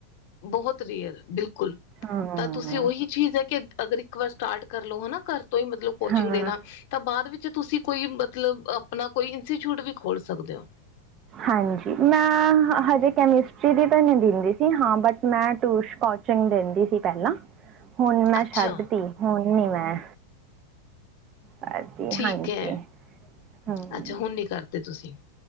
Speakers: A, on the left; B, on the right.
A: ਬਹੁਤ ਰੀਅਲ ਬਿਲਕੁੱਲ
B: ਹਾਂ
A: ਤਾਂ ਤੁਸੀਂ ਉਹੀ ਚੀਜ਼ ਹੈ ਕਿ ਅਗਰ ਇੱਕ ਵਾਰ ਸਟਾਰਟ ਕਰ ਲੋ ਹਨਾ ਘਰ ਤੋਂ ਹੀ ਮਤਲਬ ਕੋਚਿੰਗ
B: ਹਾਂ
A: ਦੇਣਾ ਤਾਂ ਬਾਅਦ ਵਿੱਚ ਤੁਸੀਂ ਕੋਈ ਮਤਲਬ ਆਪਣਾ ਕੋਈ ਇੰਸਟੀਚਿਊਟ ਵੀ ਖੋਲ ਸਕਦੇ ਹੋ
B: ਹਾਂਜੀ ਮੈਂ ਹਜੇ ਕੈਮਿਸਟਰੀ ਦੀ ਤਾਂ ਨਹੀਂ ਦਿੰਦੀ ਸੀ ਹਾਂ ਬਟ ਮੈਂ ਟ <unintelligible> ਦਿੰਦੀ ਸੀ ਪਹਿਲਾਂ। ਹੁਣ ਮੈਂ
A: ਅੱਛਾ
B: ਛੱਡ ਤ ਹੁਣ ਨੀ ਮੈਂ ਕਰਦੀ
A: ਠੀਕ
B: ਹਾਂਜੀ
A: ਹੈ
B: ਹਮ
A: ਅੱਛਾ ਹੁਣ ਨੀ ਕਰਦੇ ਤੁਸੀ